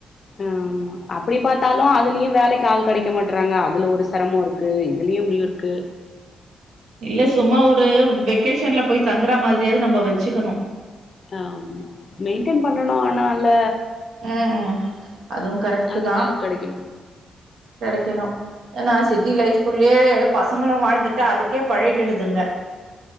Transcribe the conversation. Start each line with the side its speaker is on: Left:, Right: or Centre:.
Left: ஆமா அப்டி பாத்தாலு அதுலியு வேலைக்கு ஆள் கடைக்க மாட்றாங்க அதுல ஒரு செரமோ இருக்கு இதுல் இவங்களுக்கு இருக்கு
Right: இல்ல சும்மா ஒரு வெக்கேஷன்ல போய் தங்குற மாதிரியாவது நம்ம வச்சுக்கணு
Left: ஆமா மெயின்டென் பண்ணனு ஆனால்ல
Right: ம் ம் அதுவு கரெக்ட்
Left: அதுக்கு
Right: தா
Left: ஆள் கெடைக்கணு
Right: கெடைக்கணு ஏன்னா சிட்டி லைஃப்க்குள்யே பசங்களு வாழ்ந்துட்டா அதுக்கே பழகிடுதுங்க